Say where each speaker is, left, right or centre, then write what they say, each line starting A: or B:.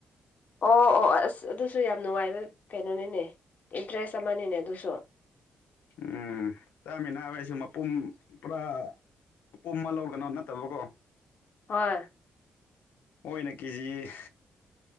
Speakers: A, on the left (about 55°); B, on the left (about 85°).
A: ꯑꯣ ꯑꯣ ꯑꯁ ꯑꯗꯨꯁꯨ ꯌꯥꯝ ꯅꯨꯡꯉꯥꯏꯕ ꯀꯩꯅꯣꯅꯤꯅꯦ ꯏꯟꯇ꯭ꯔꯦꯁ ꯑꯃꯅꯤꯅꯦ ꯑꯗꯨꯁꯨ
B: ꯎꯝ ꯆꯥꯃꯤꯟꯅꯕ ꯍꯥꯏꯁꯨ ꯃꯄꯨꯝ ꯄꯨꯔꯥ ꯄꯨꯝ ꯑꯃ ꯂꯧꯒꯅꯣ ꯅꯠꯇꯕꯀꯣ
A: ꯍꯣꯏ
B: ꯑꯣꯏꯅ ꯀꯖꯤ ꯍ